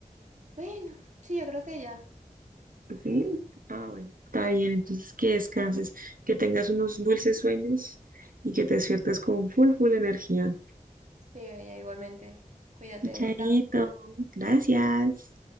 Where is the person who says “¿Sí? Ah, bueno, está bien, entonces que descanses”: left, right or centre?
Right